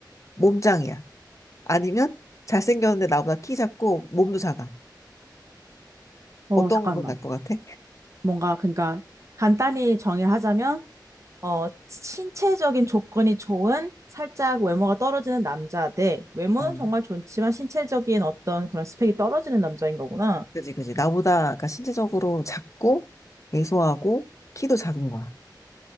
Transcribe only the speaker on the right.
어,
잠깐만.
뭔가, 그러니까, 간단히 정의를 하자면, 어, 신체적인 조건이 좋은 살짝 외모가 떨어지는 남자 대 외모는
정말 좋지만 신체적인 어떤 그런 스펙이 떨어지는 남자인 거구나.